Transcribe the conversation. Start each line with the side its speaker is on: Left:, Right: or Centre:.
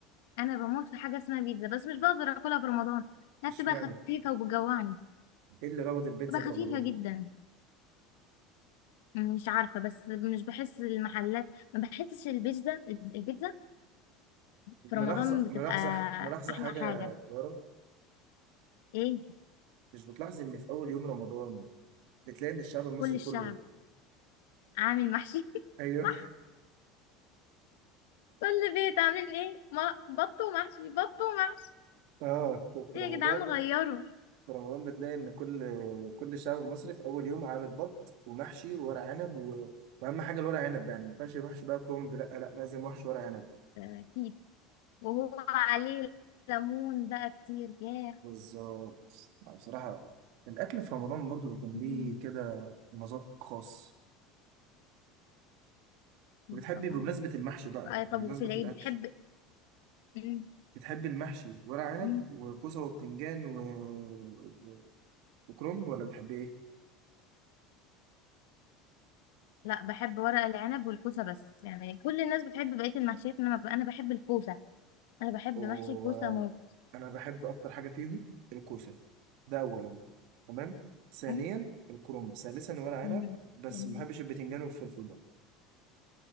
Left: انا بموت في حاجه اسمها بيتزا بس مش بقدر اكلها في رمضان لا
Right: اشمعنى
Left: بتبقى خفيفه وبتجوعني
Right: إيه اللي ربط البيتزا
Left: بتبقى
Right: برمضان
Left: خفيفه جدا مش عارفة بس مش بحس المحلات ما بحسش البيتزا البيتزا في
Right: ملاحظة
Left: رمضان بتبقى
Right: ملاحظة ملاحظة
Left: أحلى
Right: حاجة
Left: حاجة
Right: يا يارا
Left: إيه
Right: مش بتلاحظ إن في أول يوم رمضان بتلاقي إن الشعب المصري
Left: كل الشعب
Right: كله
Left: عامل محشي <laughs>
Right: أيوه
Left: صح كل بيت عاملين إيه ما بط ومحشي بط ومحشي
Right: <laughs> آه في
Left: إيه
Right: رمضان
Left: يا جدعان غيروا
Right: في رمضان بتلاقي إن كل كل الشعب المصري في أول يوم عامل بط ومحشي وورق عنب و... وأهم حاجة الورق عنب يعني ما ينفعش محشي بقى كرنب لا لا لازم محشي ورق عنب
Left: أكيد وهو عليه ليمون بقى كتير ياه
Right: بالظبط آه، بصراحة الأكل في رمضان برضه بيكون
Left: مم.
Right: ليه كده مذاق خاص طب
Left: أكيد
Right: بتحبي
Left: طبعا
Right: بمناسبة المحشي بقى
Left: آه طب
Right: بمناسبة
Left: وفي العيد
Right: الأكل
Left: بتحب مم.
Right: بتحب المحشي ورق عنب
Left: مم.
Right: وكوسة وبتنجان و... و- وكرنب ولا بتحب ايه؟
Left: لا بحب ورق العنب والكوسة بس يعني كل الناس بتحب بقية المحشيات إنما أنا بحب الكوسة انا بحب
Right: وانا
Left: محشي الكوسه موت
Right: بحب اكتر حاجة فيهم الكوسة ده اولا تمام ثانيا
Left: أي؟
Right: الكرنب ثالثا ورق عنب
Left: مم.
Right: بس
Left: جميل
Right: ما بحبش البتنجان والفلفل برضه